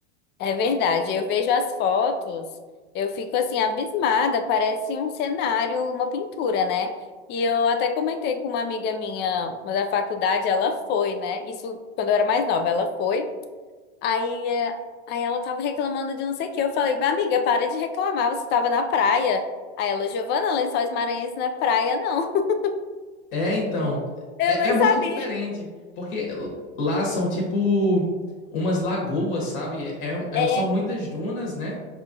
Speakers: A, on the left; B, on the left.
A: É verdade, eu vejo as fotos, eu fico assim abismada, parece um cenário, uma pintura, né? E eu até comentei com uma amiga minha, uma da faculdade, ela foi, né? Isso quando eu era mais nova, ela foi. Aí, eh, aí ela tava reclamando de não sei o quê. Eu falei, "Bah, amiga, para de reclamar, você tava na praia. Aí ela, Giovana, Lençóis Maranhenses não é praia, não. <laughs>
B: É, então,
A: Eu
B: é,
A: nem
B: é muito
A: sabia.
B: diferente, porque lá são tipo umas lagoas, sabe? É, é-
A: É,
B: são muitas dunas, né?